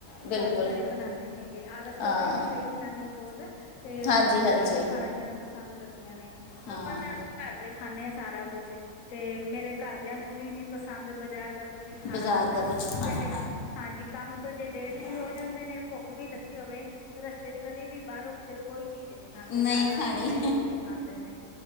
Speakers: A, on the left; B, on the left.
A: ਬਿਲਕੁਲ
B: ਘ ਘਰੇ ਬਣਾਉਂਦੇ ਨੀ ਹੈਗੇ ਆਲਸ ਕਰਦੇ
A: ਹਾਂ
B: ਨੇ ਕਈ ਜਨਾਨੀਆਂ ਬਹੁਤ ਤੇ
A: ਹਾਂਜੀ
B: ਬਾਜ਼ਾਰ
A: ਹਾਂਜੀ
B: ਤੇ ਖਾਣਾ ਪੀਣਾ ਪਸੰਦ ਕਰਦੀਆਂ ਨੇ
A: ਹਾਂ
B: ਆਪਾਂ ਤਾਂ ਘਰਦੇ ਖਾਂਦੇ ਆ ਸਾਰਾ ਕੁਝ ਤੇ ਮੇਰੇ ਘਰਦਿਆਂ ਨੂੰ ਵੀ ਨੀ ਪਸੰਦ ਬਜ਼ਾਰ ਦਾ ਕੁੱਝ ਵੀ ਖਾਣਾ
A: ਬਾਜ਼ਾਰ
B: ਪੀਣਾ
A: ਦਾ ਕੁਝ ਖਾਣਾ
B: ਚਾਹੇ ਹਾਂਜੀ ਕੰਮ ਤੋਂ ਜੇ ਲੇਟ ਵੀ
A: ਹਾਂ।
B: ਹੋ ਜਾਂਦੇ ਨੇ ਭੁੱਖ ਵੀ ਲੱਗੀ ਹੋਵੇ ਰਸਤੇ ਚ ਕਦੇ ਵੀ ਬਾਹਰੋਂ ਕਿਤੇਰੇ ਕੋਈ ਚੀਜ਼ ਨਹੀਂ ਖਾਂਦੇ
A: ਨਹੀਂ
B: ਘਰ ਆ
A: ਖਾਣੇ
B: ਕੇ ਚਾਹੇ ਰੋਟੀ ਖਾਂਦੇ ਨੇ